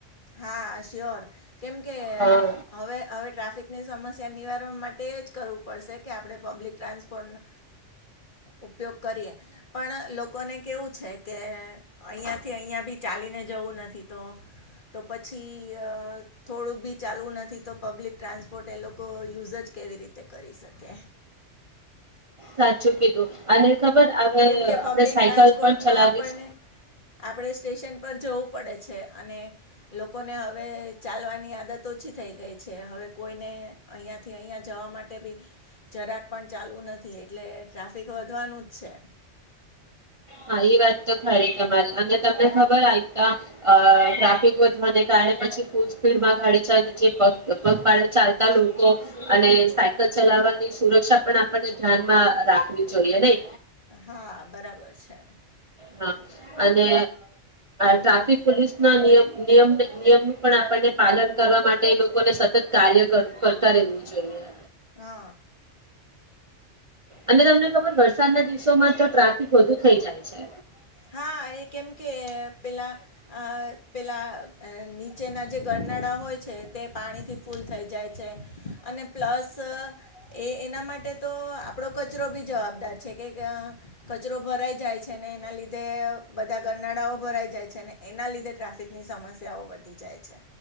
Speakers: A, on the left; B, on the right.
A: હા શ્યોર કેમ કે
B: હા
A: હવે હવે ટ્રાફિકની સમસ્યા નિવાર માટે જ એજ કરવું પડશે કે આપણે પબ્લિક ટ્રાન્સપોર્ટનો ઉપયોગ કરીએ પણ લોકોને કેવું છે કે અહીંયાથી અહીંયા બી ચાલીને જવું નથી તો તો પછી થોડુંક બી ચાલું નથી તો પબ્લિક ટ્રાન્સપોર્ટને લોકો યુઝ જ કેવી રીતે કરી શકે
B: સાચું કીધું અને ખબર અગર
A: કેમ કે પબ્લિક
B: આપણે સાયકલ
A: ટ્રાન્સપોર્ટમાં
B: પણ ચલાવીશ
A: આપણને આપણે સ સ્ટેશન પર જવું પડે છે અને લોકોને હવે ચાલવાની આદત ઓછી થઈ ગઈ છે હવે કોઈને અહીંયાથી અહીંયા જવા માટે બી જરાક પણ ચાલવું નથી એટલે ટ્રાફિક વધવાનું જ છે
B: હા એ વાત તો ખરી તમારી અને તમને ખબર હોય તો અ ટ્રાફિક વધવાને કારણે પછી ફૂલ સ્પીડમાં ગાડી જેગ પગ પાડા ચાલતા લોકો અને સાયકલ ચલાવવાની સુરક્ષા પણ આપણને ધ્યાનમાં રાખવી જોઈએ નહી
A: હા બરાબર છે
B: હા અને ટ્રાફિક પોલીસના નિયમમ <unintelligible> નિયમનું પણ આપણને પાલન કરવા માટે એ લોકોને સતત કાર્ય કરતા રહેવું જોઈએ
A: હઅ
B: અને તમને ખબર વરસાદના દિવસોમાં તો ટ્રાફિક વધુ થઇ જાય છે
A: હા એ કેમ કે પેલા પેલા નીચેના જે ગરનાડા હોય છે તે પાણીથી ફૂલ થઈ જાય છે અને પ્લસ એ એના એ માટે તો આપડો કચરો બી જવાબદાર છે કે કચરો ભરાઈ જાય છે ને એના લીધે તે બધા ગરનાડાઓ ભરાઈ જાય છે ને એના લીધે ટ્રાફિકની સમસ્યાઓ વધી જાય છે